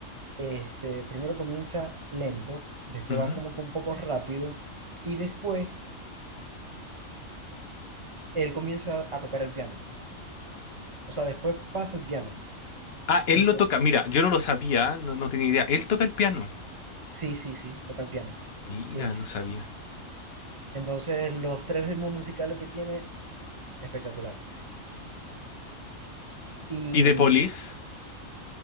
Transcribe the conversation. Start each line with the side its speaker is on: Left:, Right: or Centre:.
Right: este, primero comienza lento, después
Left: Ujú.
Right: va como que un poco rápido y después él comienza a tocar el piano. O sea, después pasa el piano.
Left: Ah, él
Right: Entonces,
Left: lo toca. Mira, yo no lo sabía, no, no tenía idea. Él toca el piano.
Right: sí, sí, sí, toca el piano.
Left: Mira,
Right: Es
Left: no sabía.
Right: Entonces, los tres ritmos musicales que tiene, espectacular. ¿Y
Left: ¿Y The
Right: mm,
Left: Police?